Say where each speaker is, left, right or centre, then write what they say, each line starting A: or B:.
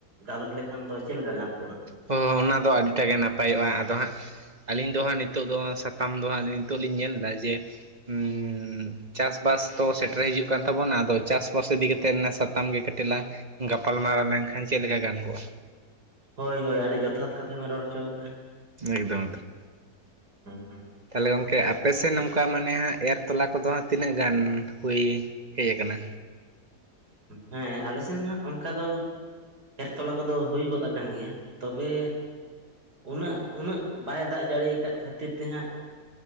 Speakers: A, on the right; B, on the right.
A: ᱜᱟᱞᱚᱪ ᱞᱮᱠᱷᱟᱱ ᱫᱚ ᱪᱮᱫ ᱞᱮᱠᱟ ᱜᱟᱱ ᱠᱚᱜᱼᱟ?
B: ᱦᱚ ᱚᱱᱟ ᱫᱚ ᱟᱹᱰᱤᱴᱟ ᱜᱮ ᱱᱟᱯᱟᱭᱚᱜᱼᱟ ᱟᱫᱚ ᱦᱟᱸᱜ ᱾ ᱟᱹᱞᱤᱧ ᱫᱚ ᱦᱟᱸᱜ ᱱᱤᱛᱚᱜ ᱫᱚ ᱥᱟᱛᱟᱢ ᱫᱚ ᱦᱟᱸᱜ ᱱᱤᱛᱚᱜ ᱞᱤᱧ ᱧᱮᱞ ᱮᱫᱟ ᱡᱮ ᱩᱸ ᱪᱟᱥᱵᱟᱥ ᱛᱚ ᱥᱮᱴᱮᱨ ᱦᱤᱡᱩᱜ ᱠᱟᱱ ᱛᱟᱵᱚᱱᱟ ᱟᱫᱚ ᱪᱟᱥᱵᱟᱥ ᱤᱫᱤ ᱠᱟᱛᱮᱫ ᱚᱱᱟ ᱥᱟᱛᱟᱢ ᱜᱮ ᱠᱟᱴᱤᱡᱞᱟᱝ ᱜᱟᱯᱟᱞᱢᱟᱨᱟᱣ ᱞᱮᱱᱠᱷᱟᱱ ᱪᱮᱫᱞᱮᱠᱟ ᱜᱟᱱ ᱠᱚᱜᱼᱟ?
A: ᱦᱳᱭ ᱦᱳᱭ ᱟᱹᱰᱤ ᱡᱚᱛᱷᱟᱛ ᱠᱟᱛᱷᱟ ᱵᱮᱱ ᱨᱚᱲ ᱦᱚᱪᱚ ᱠᱟᱜᱼᱟ ᱾
B: ᱮᱠᱫᱚᱢ ᱮᱠᱫᱚᱢ
A: ᱦᱮᱸ
B: ᱛᱟᱞᱦᱮ ᱜᱚᱝᱠᱮ ᱟᱯᱮ ᱥᱮᱫ ᱱᱚᱝᱠᱟ ᱢᱟᱱᱮ ᱦᱟᱸᱜ ᱮᱨ ᱛᱚᱞᱟ ᱠᱚᱫᱚ ᱦᱟᱸᱜ ᱛᱤᱱᱟᱹᱜ ᱜᱟᱱ ᱦᱩᱭ ᱦᱩᱭ ᱟᱠᱟᱱᱟ?
A: ᱦᱮᱸ ᱟᱞᱮ ᱥᱮᱱ ᱦᱟᱸᱜ ᱚᱱᱠᱟ ᱫᱚ ᱾ ᱮᱨ ᱛᱚᱞᱟ ᱠᱚᱫᱚ ᱦᱩᱭ ᱜᱚᱫ ᱟᱠᱟᱱ ᱜᱮᱭᱟ ᱛᱚᱵᱮ, ᱩᱱᱟᱹᱜ ᱩᱱᱟᱹᱜ ᱵᱟᱭ ᱫᱟᱜ ᱡᱟᱲᱤᱭ ᱟᱠᱟᱫ ᱠᱷᱟᱹᱛᱤᱨ ᱛᱮ ᱦᱟᱸᱜ ᱾